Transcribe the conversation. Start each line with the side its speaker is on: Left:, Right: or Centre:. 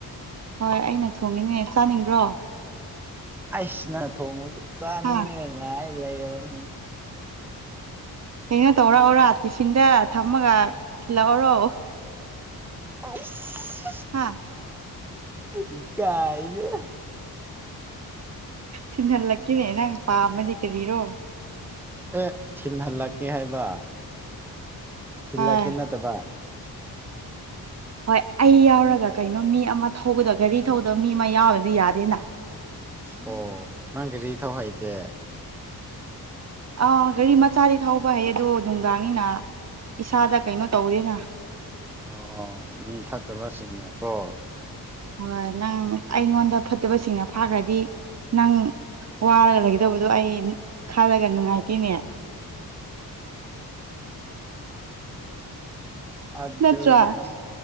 Right: ꯍꯣꯏ ꯑꯩꯅ ꯊꯣꯡꯉꯤꯅꯦ ꯆꯥꯅꯤꯡꯕ꯭ꯔꯣ
Centre: ꯑꯩꯏꯁ ꯅꯅꯥ ꯊꯣꯡꯕꯗꯤ ꯆꯥꯅꯤꯡꯉꯦ
Right: ꯍꯥ
Centre: ꯉꯥꯏ ꯂꯩꯔꯕꯅꯤ
Right: ꯀꯩꯅꯣ ꯇꯧꯔꯛꯑꯣꯔꯥ ꯇꯤꯐꯤꯟꯗ ꯊꯝꯃꯒ ꯊꯤꯜꯂꯛꯑꯣꯔꯣ
Centre: ꯑꯁ
Right: ꯍꯥꯥ
Centre: ꯏꯀꯥꯏ ꯔꯦꯗ
Right: ꯁꯤꯍꯜꯂꯛꯀꯤꯅꯦ ꯅꯪ ꯄꯥꯝꯃꯗꯤ ꯀꯔꯤꯔꯣ
Centre: ꯑꯦ ꯊꯤꯟꯍꯟꯂꯛꯀꯦ ꯍꯥꯏꯕ ꯊꯤꯂꯛꯀꯦ
Right: ꯍꯣꯏ
Centre: ꯅꯠꯇꯕ
Right: ꯍꯣꯏ ꯑꯩ ꯌꯥꯎꯔꯒ ꯀꯩꯅꯣ ꯃꯤ ꯑꯃ ꯊꯧꯕꯗ ꯒꯥꯔꯤ ꯊꯧꯕꯗꯕ ꯃꯤ ꯑꯃ ꯌꯥꯎꯔꯑꯗꯤ ꯌꯥꯗꯦꯅ
Centre: ꯑꯣ ꯅꯪꯒꯔꯤ ꯊꯧ ꯍꯩꯗꯦ
Right: ꯑꯥ ꯒꯥꯔꯤ ꯃꯆꯥꯗꯤ ꯊꯧꯕ ꯍꯩꯌ ꯑꯗꯣ ꯅꯨꯡꯗꯥꯡꯅꯤꯅ ꯏꯁꯥꯗ ꯀꯩꯅꯣ ꯇꯧꯋꯦꯅ
Centre: ꯑꯣ ꯑꯣ ꯃꯤ ꯐꯠꯇꯕꯁꯤꯡꯅꯀꯣ
Right: ꯍꯣꯏ ꯅꯪ ꯑꯩꯉꯣꯟꯗ ꯐꯠꯇꯕꯁꯤꯡꯅ ꯐꯥꯈ꯭ꯔꯗꯤ ꯅꯪ ꯋꯥꯔꯒ ꯂꯩꯒꯗꯧꯕꯗꯣ ꯑꯩ ꯈꯜꯂꯒ ꯅꯨꯡꯉꯥꯏꯠ ꯇꯦꯅꯦ
Centre: ꯑꯗꯣꯅꯦ
Right: ꯅꯠꯇ꯭ꯔꯥ
Centre: ꯑꯁ